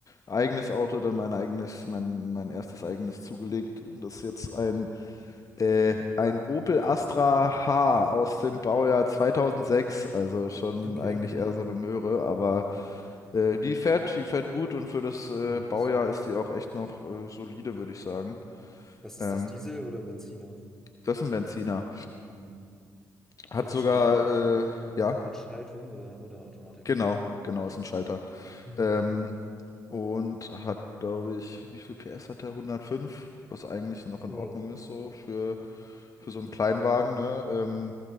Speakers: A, on the left (about 40°); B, in the centre.
A: eigenes Auto, dann mein eigenes, mein, mein erstes eigenes zugelegt. Und das ist jetzt ein äh, ein Opel Astra H aus dem Baujahr 2006, also schon
B: Okay,
A: eigentlich eher so eine Möhre, aber äh, die fährt, die fährt gut und für das äh,
B: nice.
A: Baujahr ist die auch echt noch äh, solide, würde ich sagen.
B: Was ist
A: Ähm,
B: das, Diesel oder Benziner?
A: das ist ein Benziner.
B: Hm.
A: Hat
B: Mit,
A: sogar,
B: äh,
A: äh, ja,
B: mit Schaltung oder, oder Automatik?
A: genau, genau, ist ein Schalter.
B: Hm.
A: Ähm, und hat, glaube ich, wie viel PS hat der? 105, was eigentlich noch in
B: Wow.
A: Ordnung ist, so für, für so einen Kleinwagen, ne? Ähm,